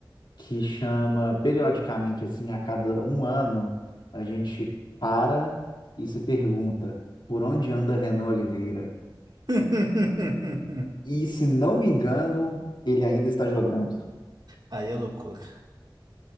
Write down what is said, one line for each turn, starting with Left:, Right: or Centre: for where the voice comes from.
Left: que chama periodicamente, assim, a cada um ano, a gente para e se pergunta por onde anda Renan Oliveira?
Right: <laughs>
Left: E se não me engano, ele ainda está jogando.
Right: Aí é loucura.